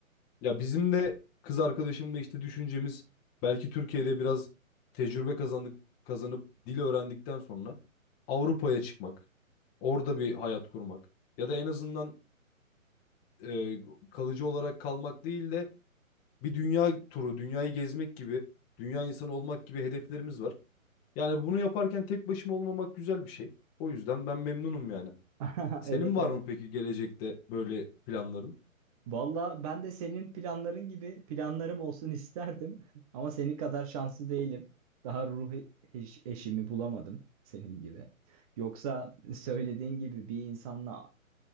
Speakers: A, on the left (about 20°); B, on the right (about 25°).
A: Ya bizim de kız arkadaşımla işte düşüncemiz belki Türkiye'de biraz tecrübe kazandık kazanıp dil öğrendikten sonra Avrupa'ya çıkmak, orada bir hayat kurmak ya da en azından e, kalıcı olarak kalmak değil de bir dünya turu, dünyayı gezmek gibi, dünya insanı olmak gibi hedeflerimiz var. Yani bunu yaparken tek başıma olmamak güzel bir şey. O yüzden ben memnunum yani.
B: <laughs>
A: Senin
B: Evet
A: var
B: evet.
A: mı peki gelecekte böyle planların?
B: Valla ben de senin planların gibi planlarım olsun isterdim. <laughs> Ama senin kadar şanslı değilim. Daha ruh e- eş- eşimi bulamadım senin gibi. Yoksa söylediğin gibi bir insanla